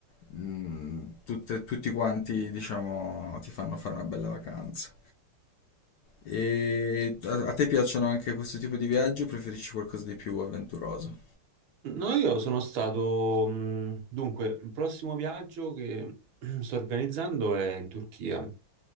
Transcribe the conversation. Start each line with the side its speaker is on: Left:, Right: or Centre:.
Left: mh, tutte- tutti quanti, diciamo, ti fanno fare una bella vacanza. E a, a te piacciono anche questo tipo di viaggi o preferisci qualcosa di più avventuroso?
Right: No, io sono stato, mh, dunque, il prossimo viaggio che <clears throat> sto organizzando è in Turchia